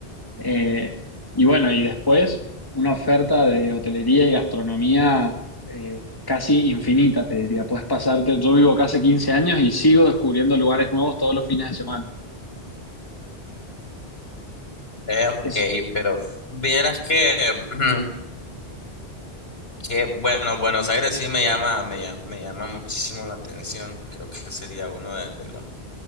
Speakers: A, on the left; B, on the left.
A: Eh, y bueno, y después una oferta de hotelería y gastronomía eh, casi infinita, te diría. Puedes pasarte, yo vivo acá hace 15 años y sigo descubriendo lugares nuevos todos los fines de semana.
B: Eh, ok,
A: Es,
B: pero vieras que <clears throat> Que bueno, Buenos Aires sí me llama, me llama, me llama muchísimo la atención. Creo que sería uno de, de los